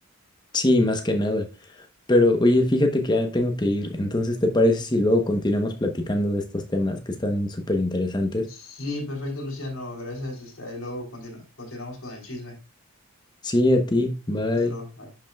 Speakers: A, on the left (about 20°); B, on the left (about 60°).
A: Sí, más que nada. Pero oye, fíjate que ya tengo que ir. Entonces, ¿te parece si luego continuamos platicando de estos temas que están súper interesantes?
B: Sí, perfecto, Luciano, gracias. Este, ahí luego continu- continuamos con el chisme.
A: Sí, a ti. Bye.
B: Hasta luego, bye.